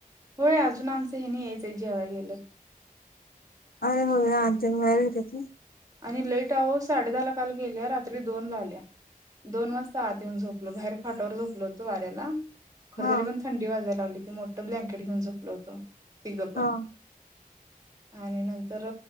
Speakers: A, on the right; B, on the left.
A: होय अजून आमचं हे नाही यायचं आहे जेव्हा गेलेत.
B: अरे होर घ
A: आणि लईट आहो साडे दहा ला काल गेल्या रात्री दोन ला आल्या. दोन वाजता आत येऊन झोपलो बाहेर खाटावर झोपलो होतो वाऱ्याला खर
B: हा
A: तरी पण थंडी वाजायला लागली ती मोठं ब्लँकेट घेऊन झोपलं होत तिघं पण
B: हा
A: आणि नंतर